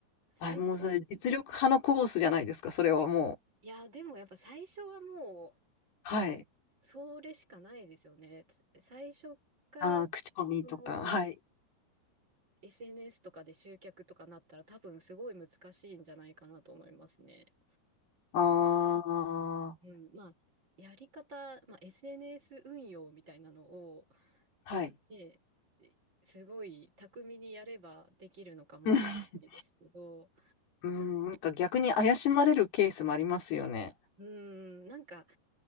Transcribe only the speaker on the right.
最初、
いや、でもやっぱ最初はも
う、それしかないですよね。最初から、
その、
SNS とかで集客とかなったら多分すごい難しいんじゃないかなと思いますね。
うん、まあ、やり方、まあ、SNS 運用みたいなのを、
ね、すごい巧みにやればできるのかもしれないですけど、
うん、なんか